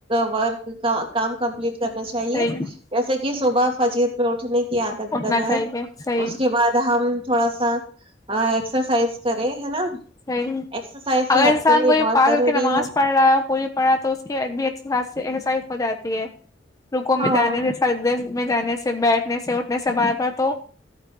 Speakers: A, on the right (about 30°); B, on the left (about 20°).
A: ورک کام کمپلیٹ کرنا چاہیے
B: صحیح
A: جیسے کہ صبح فضیل میں اٹھنے کی عادت
B: اٹھنا
A: بنائے
B: چاہیے صحیح
A: اس کے بعد ہم تھوڑا سا ایکسرسائز کرے ہے نا
B: صی
A: ایکسرسائز صحت
B: اگر انسان
A: کے لیے
B: کوئی
A: بہت
B: پال
A: ضروری
B: نمازڑ
A: ہے
B: رہا ہے وہ پوری پڑھا ہے تو اس کی ایک بھی اچھی خاص ہو جاتی ہے رکوں
A: ہاں
B: میں جانے تھے سردے میں جانے سے بیٹھنے سے اٹھنے سے باہ پر تو